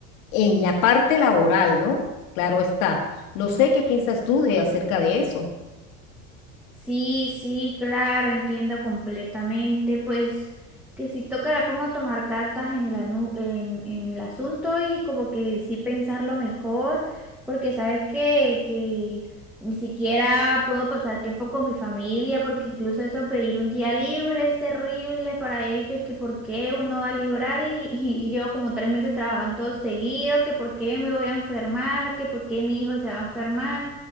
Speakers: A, on the left; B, in the centre.
A: en la parte laboral, ¿no? Claro está. No sé qué piensas tú de acerca de eso.
B: Sí, sí, claro, entiendo completamente. Pues que sí tocará como tomar cartas en el, anu- en, en el asunto y como que sí pensarlo mejor, porque sabes que, que ni siquiera puedo pasar tiempo con mi familia, porque incluso eso pedir un día libre es terrible para ellos, que por qué uno va a librar y, y y llevo como tres meses trabajando todo seguido, que por qué me voy a enfermar, que por qué mi hijo se va a enfermar.